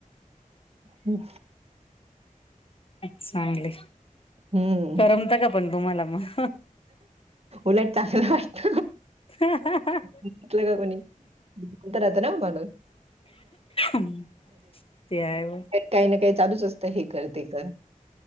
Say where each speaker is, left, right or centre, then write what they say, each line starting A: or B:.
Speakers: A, on the right; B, on the left.
A: हम्.
B: चांगलय
A: हं,
B: करमता का पण तुम्हाला मग?
A: उलट <unintelligible> वाटत.
B: <inaudible>
A: म्हटलं का कोणी राहता ना म्हणून
B: ह, ते आहे.
A: काही ना काही चालूच असतं, हे कर ते कर